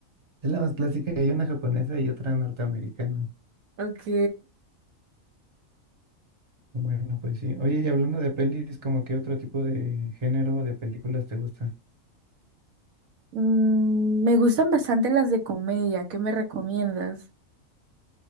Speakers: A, on the right (about 25°); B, on the right (about 80°).
A: Es la más clásica, hay una japonesa y otra norteamericana.
B: Ok.
A: Bueno, pues sí. Oye, y hablando de pelis, ¿como qué otro tipo de género de películas te gusta?
B: Mm, me gustan bastante las de comedia, ¿qué me recomiendas?